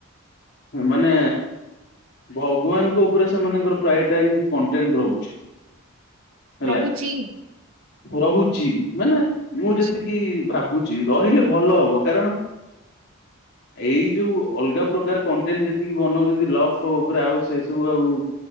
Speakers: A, on the left; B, on the right.
A: ହ ମାନେ ଭଗବାନଙ୍କ ଉପରେ ସେମାନଙ୍କର ପ୍ରାୟ ଟାଇମ କଣ୍ଟେଣ୍ଟ ରହୁଛି। ହେଲା
B: ରହୁଛି।
A: ରହୁଚି ମାନେ ମୁଁ
B: ଆଚ୍ଛା।
A: ଯେତିକି ଭାବୁ ଚି ରହିଲେ ଭଲ ହବ କାରଣ।
B: <inaudible>
A: ଏଇ ଯୋଉ ଅଲଗା ପ୍ରକାର କଣ୍ଟେଣ୍ଟ ଯେତିକି ବନଉଚନ୍ତି ଲଭ ଫଭ୍ ଉପରେ ଆଉ ସେ ସବୁ ଆଉ।